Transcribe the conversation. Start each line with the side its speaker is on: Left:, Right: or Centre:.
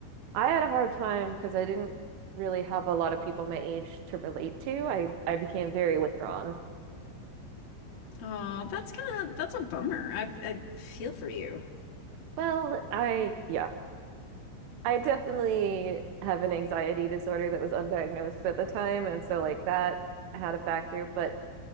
Right: I had a hard time because I didn't really have a lot of people my age to relate to. I I became very withdrawn.
Left: Oh, that's kind of that's a bummer. I I feel for you.
Right: Well, I yeah, I definitely have an anxiety disorder that was undiagnosed at the time. And so, like, that had a factor, but